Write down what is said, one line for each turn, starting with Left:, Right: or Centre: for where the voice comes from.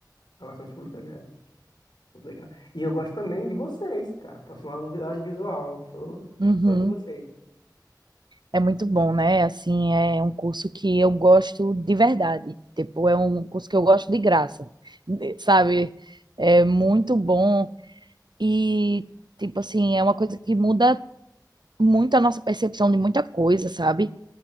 Left: Relações públicas é muito legal. E eu gosto também de vocês, cara, profissional do audiovisual. eu Sou
Right: uhum.
Left: fã de vocês.
Right: É muito bom, né? Assim, é um curso que eu gosto de verdade. Tipo, é um curso que eu gosto de graça, <laughs> sabe? É muito bom e, tipo assim, é uma coisa que muda muito a nossa percepção de muita coisa, sabe?